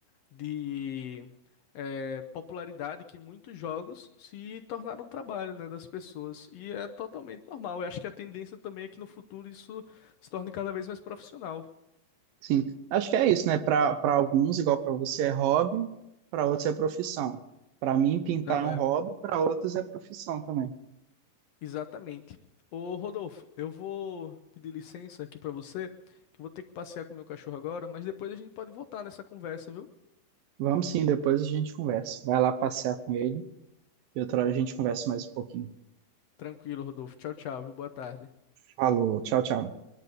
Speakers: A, on the left (about 75°); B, on the right (about 85°).
A: de é, popularidade que muitos jogos se tornaram um trabalho, né, das pessoas. E é totalmente normal. Eu acho que a tendência também é que no futuro isso se torne cada vez mais profissional.
B: Sim, acho que é isso, né? Para para alguns, igual para você é hobby, para outros é profissão. Para mim, pintar
A: Não
B: é um
A: é?
B: hobby, para outros é profissão também.
A: Exatamente. Ô Rodolfo, eu vou pedir licença aqui pra você, que eu vou ter que passear com o meu cachorro agora, mas depois a gente pode voltar nessa conversa, viu?
B: Vamos sim, depois a gente conversa. Vai lá passear com ele e outra hora a gente conversa mais um pouquinho.
A: Tranquilo, Rodolfo. Tchau, tchau, viu? Boa tarde.
B: Falou, tchau, tchau.